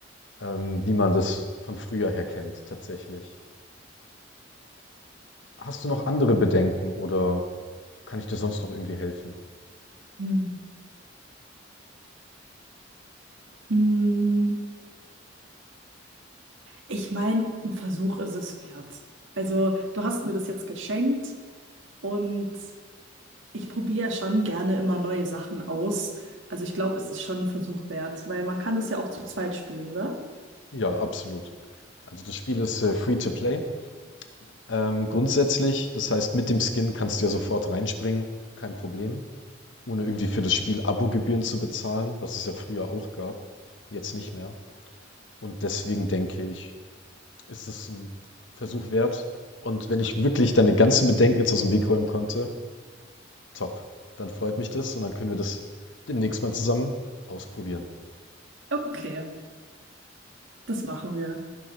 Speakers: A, on the left; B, on the right.
A: ähm, wie man das von früher her kennt, tatsächlich. Hast du noch andere Bedenken oder kann ich dir sonst noch irgendwie helfen?
B: Hm. Hm, Ich meine, ein Versuch ist es wert. Also, du hast mir das jetzt geschenkt und Ich probiere ja schon gerne immer neue Sachen aus. Also ich glaube, es ist schon ein Versuch wert, weil man kann das ja auch zu zweit spielen, oder?
A: Ja, absolut. Also das Spiel ist äh, free to play. Ähm, grundsätzlich, das heißt, mit dem Skin kannst du ja sofort reinspringen, kein Problem, ohne irgendwie für das Spiel Abogebühren zu bezahlen, was es ja früher auch gab, jetzt nicht mehr. Und deswegen denke ich, ist es ein Versuch wert. Und wenn ich wirklich deine ganzen Bedenken jetzt aus dem Weg räumen konnte, top. Dann freut mich das und dann können wir das demnächst mal zusammen ausprobieren.
B: Okay, das machen wir.